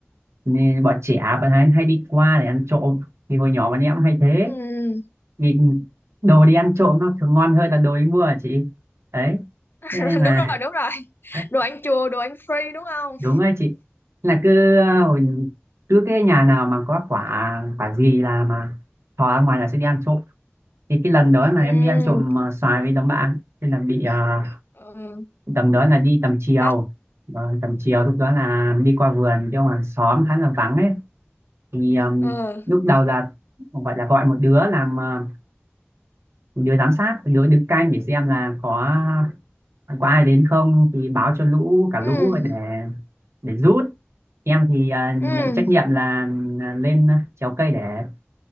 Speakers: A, on the right; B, on the left.
A: nên bọn trẻ bạn hay, hay đi qua để ăn trộm thì hồi nhỏ bọn em cũng hay thế
B: ừ
A: nhìn đồ đi ăn trộm nó thường ngon hơn là đồ đi mua hả chị đấy
B: <laughs>
A: thế nên là
B: đúng rồi đúng rồi
A: <laughs>
B: đồ ăn chùa đồ ăn free đúng không
A: đúng rồi chị là cứ ờ, hồi cứ cái nhà nào mà có quả quả gì là mà thò ra ngoài là sẽ đi ăn trộm thì cái lần đó là
B: ừ
A: em đi ăn trộm ờ, xoài với đám bạn thế là bị ờ,
B: ừ
A: tầm đó là đi tầm chiều
B: đi bắt
A: Vâng, tầm chiều lúc đó là đi qua vườn chỗ hàng xóm khá là vắng ấy thì um,
B: ừ
A: lúc đầu là gọi là gọi một đứa làm uh, một đứa giám sát một đứa đứng canh để xem là có ờ, có ai đến không thì báo cho lũ cả
B: ừ
A: lũ để để rút em thì à,
B: ừ
A: nhận trách nhiệm là à, lên trèo cây để hái